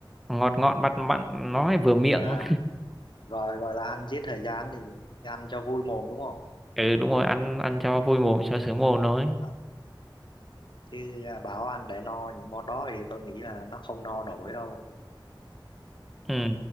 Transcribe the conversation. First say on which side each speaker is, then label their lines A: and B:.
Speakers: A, in the centre; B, on the left.
A: ngọt ngọt mặn mặn nó lại vừa miệng
B: à gọi gọi là ăn giết thời gian thì ăn cho vui mồm đúng không
A: ừ đúng rồi ăn ăn cho vui mồm cho sướng mồm thôi
B: à, chứ à, bảo ăn để no những món đó thì tôi nghĩ là nó không no nổi đâu
A: ừ